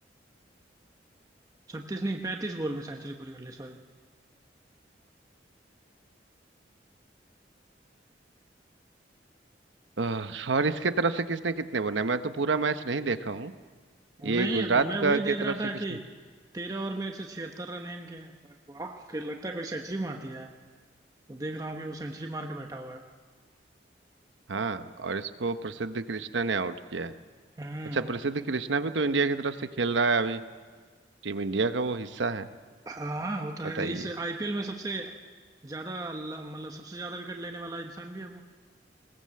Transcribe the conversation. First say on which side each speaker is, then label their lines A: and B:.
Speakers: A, on the right (about 20°); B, on the right (about 85°).
A: छत्तीस नहीं पैंतीस बॉल में सेंचुरी पूरी कर ली सॉरी
B: आह, और इसके तरफ से किसने कितने बनाए मैं तो पूरा मैच नहीं देखा हूँ ये
A: नहीं
B: गुजरात
A: अब मैं
B: का
A: वही
B: के
A: देख
B: तरफ
A: रहा था
B: से किसने
A: कि तेरह ओवर में एक सौ छिहत्तर रन है इनके वाह कि लगता है कोई सेंचुरी मार दिया है तो देख रहा हूँ कि वो सेंचुरी मार के बैठा हुआ है
B: हाँ और इसको प्रसिद्ध कृष्णा ने आउट किया है
A: हम्म
B: अच्छा प्रसिद्ध कृष्णा भी तो इंडिया की तरफ से खेल रहा है अभी टीम इंडिया का वो हिस्सा है
A: हाँ होता
B: बताइए
A: है इस आईपीएल में सबसे ज्यादा ल- मतलब सबसे ज्यादा विकेट लेने वाला इंसान भी है वो